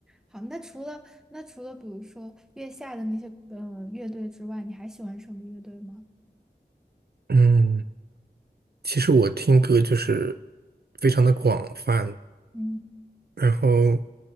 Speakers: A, in the centre; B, on the right (about 65°).
A: 好，那除了那除了比如说月下的那些呃乐队之外，你还喜欢什么乐队吗？
B: 嗯，其实我听歌就是非常的广泛，
A: 嗯，
B: 然后，